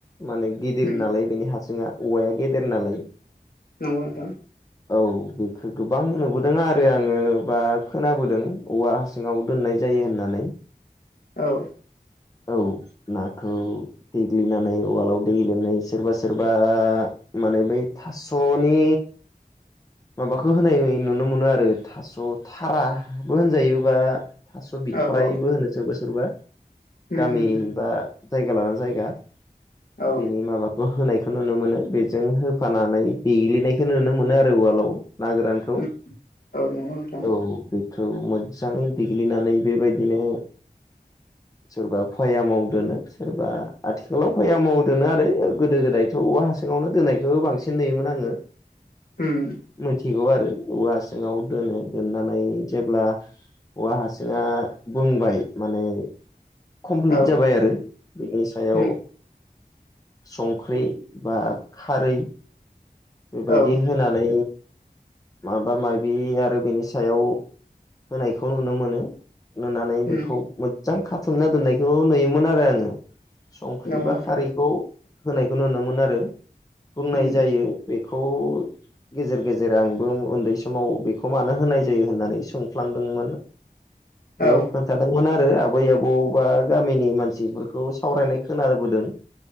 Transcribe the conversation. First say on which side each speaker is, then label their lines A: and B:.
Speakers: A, on the left; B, on the left.
A: माने गिदिर
B: उम
A: नालाय बेनि हासुङा औवाया गेदेर नालाय
B: नंगौ नोंथां
A: औ बेखो गोबां नुबोदों आरो आङो बा खोनाबोदों औवा हासुङाव दोननाय जायो होननानै
B: औ
A: औ नाखौ देग्लिनानै उवालाव देग्लिनानै सोरबा सोरबा माने बै थासनि माबाखौ होनाय नुनो मोनो आरो थास थाराबो होनजायो बा थास' बिथररायबो
B: औ औ
A: होनो जोबो सोरबा
B: उम
A: गामि
B: उम
A: बा जायगा लाना जायगा
B: औ
A: बिनि माबा होनायखौ नुनो मोनो बेजों होफानानै देग्लिनायखौ नुनो मोनो आरो उवालाव ना गोरान औ
B: उम नंगौ नोंथां
A: बेखौ मोजाङै देग्लिनानै बेबायदिनो
B: <inaudible>
A: सोरबा भया मावदोनो सोरबा आथिखालाव भया मावदोनो आरो गोदो गोदाय थ' औव हासङावनो दोननायखौबो बांसिन नुयोमोन आङो
B: हम
A: मिथिगौ आरो औवा सिङाव दोनो दोननानै जेब्ला औवा हारसिङा बुंबाय माने कमप्लिट
B: औ
A: जाबाय आरो बिनि सायाव
B: उम
A: संख्रि बा खारै बेबायदि
B: औ
A: होनानै माबा माबि आरो बेनि सायाव होनायखौ नुनो मोनो नुनानै
B: उम
A: बेखौ मोजां खाथुमना दोननायखौ नुयोमोन आरो आङो संख्रि
B: नंगौ
A: बा
B: नोंथां
A: खारैखौ होनायखौ नुनो मोन आरो बुंनाय
B: उम
A: जायो बेखौ गेजेर गेजेर आंबो उन्दै समाव बेखौ मानो होनाय जायो होननानै सोंफ्लांदोंमोन
B: औ
A: बे
B: उम
A: खथादोंमोन आरो आबै आबौ बा गामिनि मानसिफोरखौ सावरायनाय खोनाबोदों